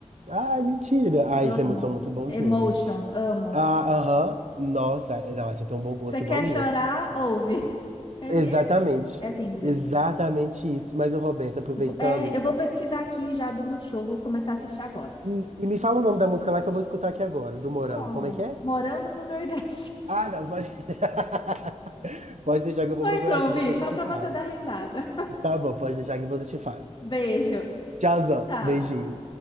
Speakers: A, on the right; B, on the left.
A: Ai, mentira. Ai,
B: Amo.
A: vocês são muito bons
B: Emotions,
A: mesmo.
B: amo.
A: Ah, aham. Nossa, é, não, você tem um bom gosto
B: Você quer
A: igual o meu.
B: chorar? Ouve. <laughs> É, li-
A: Exatamente.
B: é linda.
A: Exatamente isso. Mas o Roberto, aproveitando.
B: Eu vou, é, eu vou pesquisar aqui já do Multishow, vou começar a assistir agora.
A: Isso. E me fala o nome da música lá que eu vou escutar aqui agora, do Morango.
B: Bom,
A: Como é que é?
B: morango no Nordeste.
A: Ah, não, pode <laughs> deixar. Pode deixar
B: <laughs>
A: que eu vou
B: Põe
A: procurar
B: pra
A: aqui,
B: ouvir,
A: depois
B: só
A: eu te
B: pra
A: falo.
B: você dar risada.
A: Tá bom, pode deixar que depois eu te falo.
B: Beijo.
A: Tchauzão,
B: Tchau.
A: beijinho.